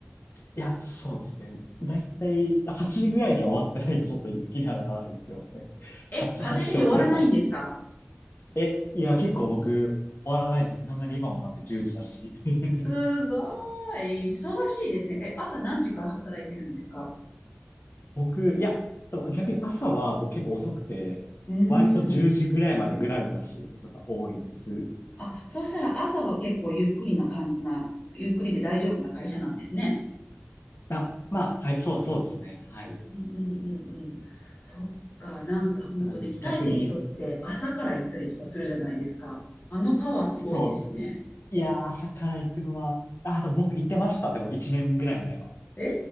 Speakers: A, on the left; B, on the left.
A: いや、そうですね。だいたい8時ぐらいには終わってないとちょっと行く気にはならないですよね。
B: うん。え、
A: 8、
B: 8時に終わらないんですか
A: 8時じじゃ遅いか。え、いや、結構僕、終わらないです。なんなら今もだって10時だし。<laughs>
B: すごい。忙しいですね。え、朝何時から働いてるんですか
A: 僕、いや、でも逆に朝は僕結構遅くて、
B: うー
A: 割と10時ぐらいまでぐらぐらしてることが多いんです。
B: ん。あ、そうしたら朝は結構ゆっくりな感じな、ゆっくりで大丈夫な会社なんですね。
A: あ、まあ、はい、そう、そうですね。はい。
B: うんうんうんうん。そっか、なんか本当ね、
A: だから逆に、
B: 鍛えてる人って朝から行ったりとかするじゃないですか。あのパワーすごいですよね。
A: そうですね。いやー、朝から行くのは、あ、でも僕行ってました。でも1年ぐらい前は。
B: え